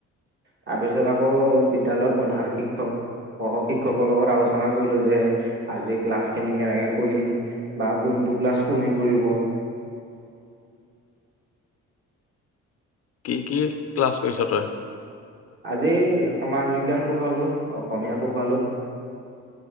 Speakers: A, on the right (about 40°); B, on the left (about 55°).
A: তাৰ পিছত আকৌ বিদ্যালয়ৰ প্ৰধান শিক্ষক, সহ শিক্ষকৰ লগত আলোচনা কৰিলো যে আজি ক্লাছখিনি কেনেকে কৰিম বা কোনটো ক্লাছ কোনে কৰিব?
B: কি কি ক্লাছ কৰিছ তই?
A: আজি সমাজ বিজ্ঞান পঢ়ালো, অসমীয়া পঢ়োৱালো।